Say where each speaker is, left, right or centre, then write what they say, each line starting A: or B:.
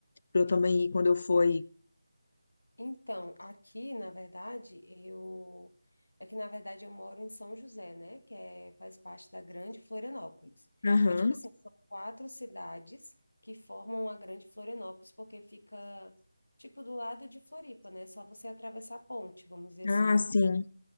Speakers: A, on the left; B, on the left.
A: para eu também ir quando eu for aí.
B: Então, aqui, na verdade, eu é que na verdade eu moro em São José, né, que é faz parte da Grande Florianópolis.
A: Aham.
B: É tipo assim, são quatro cidades que formam a Grande Florianópolis porque fica tipo do lado de Floripa, né? Só você atravessar a ponte, vamos dizer assim.
A: Ah, sim.